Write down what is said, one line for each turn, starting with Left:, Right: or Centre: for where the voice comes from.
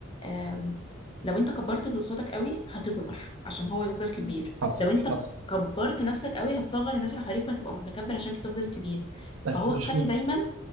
Left: آم، لو انت كبرت اللي قصادك قوي هتصغر عشان هو يفضل كبير
Right: حصل
Left: لو انت
Right: حصل
Left: كبرت نفسك قوي هتصغر الناس اللي حواليك وهتبقى متكبر عشان انت تفضل كبير
Right: بس
Left: فهو
Right: مش
Left: خلي
Right: مت-
Left: دايما